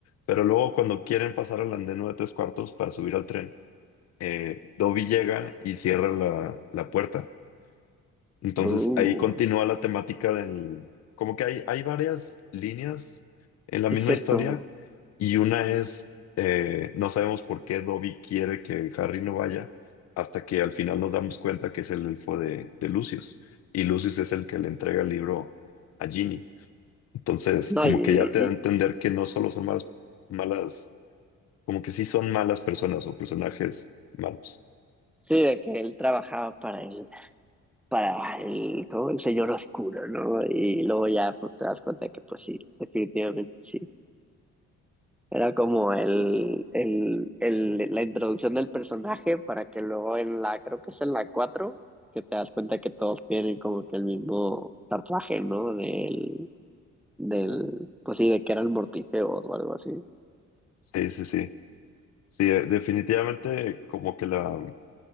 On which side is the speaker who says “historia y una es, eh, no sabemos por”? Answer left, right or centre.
Left